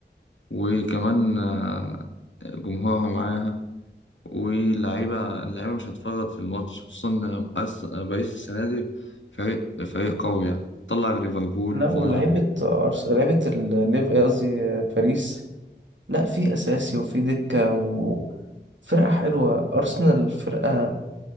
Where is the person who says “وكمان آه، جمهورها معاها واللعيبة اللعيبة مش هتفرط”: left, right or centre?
Left